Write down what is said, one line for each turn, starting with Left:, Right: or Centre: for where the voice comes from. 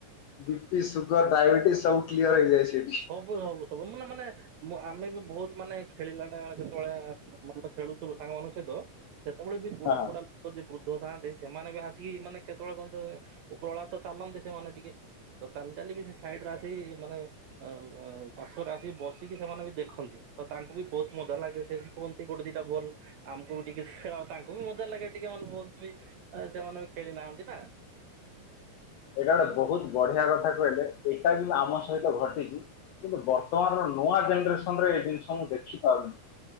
Left: ବି ପି ସୁଗର ଡାଇବେଟିସ୍ ସବୁ କ୍ଲିୟର ହେଇଯାଇଛି
Right: ସବୁ ସବୁ ସବୁ ମାନ ମାନେଁ ଆମେ ବି ବହୁତ ମାନେ ଖେଳିଲା ଟା ବଳେ କେତେବେଳେ ଖେଳୁଥିଲୁ ସାଙ୍ଗ ମଷ ତ ସେତେବେଳେ ବି ବୁଢା
Left: ହଁ ହଁ
Right: ବୁଢା ଯ ବୃଦ୍ଧ ଥାନ୍ତି ସେମାନେ ବି ଆସିକି ମାନେ କେତେବେଳେ କ ଉପରହଳା ତ ଚାଲନ୍ତି ସେମାନେ ଟିକେ ତ ଚାଲି ଚାଲଲି ବି ସେ ସାଇଡରେ ଆସିକି ମାନେ ଅ ପାଶରେ ଆସିକି ବସିକି ସେମାନେ ବି ଦେଖନ୍ତି ଆ ତାଙ୍କୁ ବି ବହୁତ ମଜା ଲାଗେ ସେମିତି କୁହ ଗୋଟେ ଦିଟା ବଲ ଆମକୁ ବି ଟିକେ ଖେଳ ତାଙ୍କୁ ବି ମଧ୍ୟ ଲାଗେ ଟିକେ ମାନେ ବହୁତ ବି ଆ ସେମାନେ ବି ଖେଳି ନାହାନ୍ତି ନା
Left: ଏଇଟା ଗୋଟେ ବହୁତ ବଢିଆ କଥା କହିଲେ ଏଇଟା ବି ଆମ ସହିତ ଘଟିଛି କିନ୍ତୁ ବର୍ତ୍ତମାନର ନୂଆ ଜେନେରେସନ ରେ ଏଇ ଜିନିଷ ମୁଁ ଦେଖିପାରୁିଲିନି